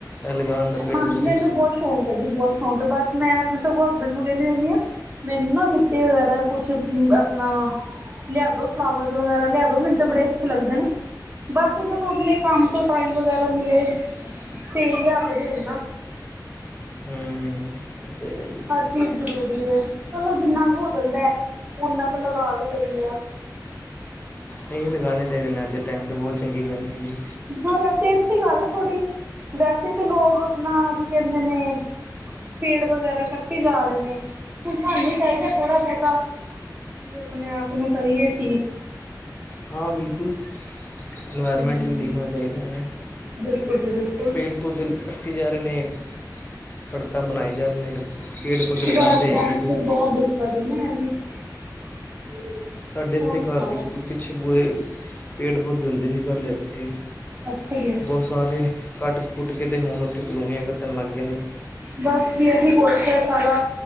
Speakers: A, on the left; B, on the right.
A: ਲਗਾਉਣ ਦਾ ਪੇੜ
B: ਹਾਂਜੀ
A: ਪੌਦੇ?
B: ਮੈਨੂੰ ਬਹੁਤ ਸ਼ੌਕ ਹੈ ਜੀ ਬਹੁਤ ਸ਼ੌਕ ਹੈ ਬਸ ਮੈਂ ਆਪਣੇ ਸਗੋਂ ਹਸਬੈਂਡ ਨੂੰ ਕਹਿੰਦੀ ਰਹਿੰਦੀ ਹਾਂ ਮੈਨੂੰ ਨਾ ਮਿੱਟੀ ਵਗੈਰਾ ਕੁਛ ਆਪਣਾ ਲਿਆ ਦੋ ਫਲਾਵਰ ਵਗੈਰਾ ਲਿਆ ਦੋ ਮੈਨੂੰ ਤਾਂ ਬੜੇ ਅੱਛੇ ਲੱਗਦੇ ਨੇ ਬਸ ਉਹਨਾਂ ਨੂੰ ਆਪਣੇ ਕੰਮ ਤੋਂ ਟਾਈਮ ਵਗੈਰਾ ਮਿਲੇ ਤੇ ਕਦੇਨਾ
A: ਹੂੰ ਉਹ ਤੇ ਹੈਗਾ ਹੀ ਹੈ।
B: ਹਰ ਚੀਜ਼ ਜ਼ਰੂਰੀ ਹੈ ਚਲੋ ਜਿੰਨਾ ਕੁ ਹੋ ਜਾਂਦਾ ਹੈ ਨਾ ਕੁ ਲਗਾ ਵੀ ਲੈਂਦੇ ਹਾਂ
A: ਨਹੀਂ ਲਗਾਣੇ ਚਾਹੀਦੇ ਨੇ ਅੱਧ ਟਾਈਮ ਤੇ ਬਹੁਤ ਚੰਗੀ ਗੱਲ ਹੈਗੀ
B: ਹਾਂ ਵੈਸੇ ਅੱਛੀ ਗੱਲ ਹੈ ਥੋੜ੍ਹੀ ਵੈਸੇ ਤਾਂ ਲੋਕ ਆਪਣਾ ਕੀ ਕਹਿੰਦੇ ਨੇ ਪੇੜ ਵਗੈਰਾ ਕੱਟੀ ਜਾ ਰਹੇ ਨੇ ਹੁਣ ਸਾਨੂੰ ਚਾਹੀਦਾ ਥੋੜਾ ਬਹੁਤਾ ਵੀ ਆਪਣੇ ਆਪ ਨੂੰ ਕਰੀਏ ਠੀਕ
A: ਹਾਂ ਬਿਲਕੁਲ ਇਨਵਾਇਰਮੈਂਟ
B: ਹਮ
A: ਵੀ ਦੇਖਣਾ ਚਾਹੀਦਾ ਹੈ
B: ਬਿਲਕੁਲ ਜੀ ਬਿਲਕੁਲ
A: ਪੇੜ ਪੌਦੇੇ ਕੱਟੇ ਜਾ ਰਹੇ ਨੇ ਸੜਕਾਂ ਬਣਾਈ ਜਾਣ ਪੇੜ ਪੌਧੇ ਲਗਉਦੇ
B: ਬਸ ਬੈਂਕ
A: ਹੈ ਨਹੀਂ
B: ਚ
A: ਫ
B: ਬਹੁਤ ਦਿੱਕਤ ਹੈ <inaudible>
A: ਸਾਡੇ ਇੱਥੇ
B: ਹੋਰ ਸੁਣਾਓ
A: ਘਰ ਦੇ ਕੋਲ ਪਿੱਛੇ ਪੂਰੇ ਪੇੜ ਪੌਦੇੇ ਹੁੰਦੇ ਸੀ ਪਹਿਲੇ ਇੱਥੇ
B: ਅੱਛਾ ਜੀ
A: ਬਹੁਤ ਸਾਰੇ ਕੱਟ ਕੁੱਟ ਕੇ ਤੇ ਹੁਣ ਉੱਥੇ ਕਲੋਨੀਆਂ ਕੱਢਣ ਲੱਗ ਗਏ ਨੇ
B: ਬਸ ਵੀ ਅਸੀ ਪੁੱਛੇ ਸਾਰਾ